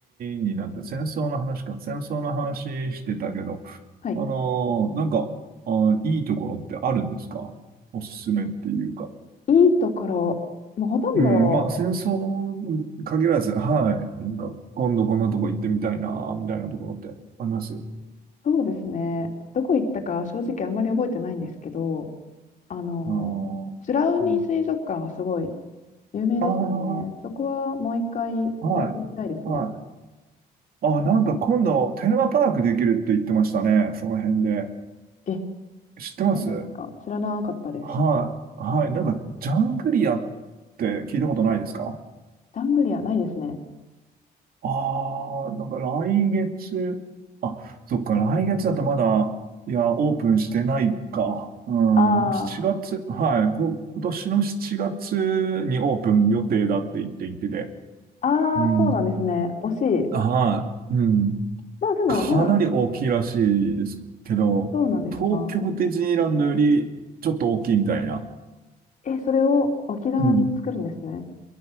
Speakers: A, on the right; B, on the left.
A: になって、戦争の話か、戦争の話してたけど、
B: はい。
A: あの、なんか、あ、いいところってあるんですかおすすめっていうか。
B: いいところ、もうほとんど、
A: うん、まあ、戦争に限らず、はい、なんか、今度こんなとこ行ってみたいな、みたいなところってあります
B: そうですね。どこ行ったか正直あんまり覚えてないんですけど、あの、
A: あの、
B: 美ら海水族館はすごい
A: うん、
B: 有名ですよね。
A: ああ、
B: そこはもう一回行ってみたいですね。
A: はい、はい。あ、なんか今度、テーマパークできるって言ってましたね、その辺で。
B: え、
A: 知ってます
B: そうなんですか。知らなかったです。
A: はい、はい。なんか、ジャングリアって聞いたことないですか
B: ジャングリアないですね。
A: ああー、なんか来月、あ、そっか、来月だとまだ、いや、オープンしてないか。うん、
B: あー
A: 7月、はい、こ今年の7月にオープン予定だって言っていてて、
B: あー、
A: うん、
B: そうなんですね。惜しい。
A: はい、うん。
B: まあでも、
A: かなり大きいらしいですけど、
B: じゃあ、そうなんですか。
A: 東京ディズニーランドよりちょっと大きいみたいな。
B: え、それを沖縄に作るんですね。
A: うん。